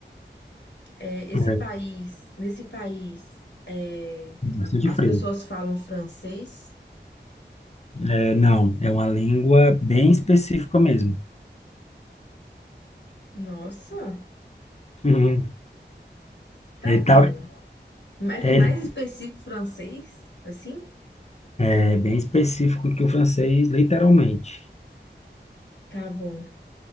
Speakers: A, on the left (about 80°); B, on the left (about 35°).
A: é, esse
B: é é
A: país, nesse país, é,
B: bastante
A: as
B: frio.
A: pessoas falam francês?
B: É, não, é uma língua bem específica mesmo.
A: Nossa,
B: Uhum.
A: tá
B: Ele tá,
A: bem. É que
B: ele
A: mais específico francês? Assim?
B: é bem específico que o francês, literalmente.
A: Tá bom.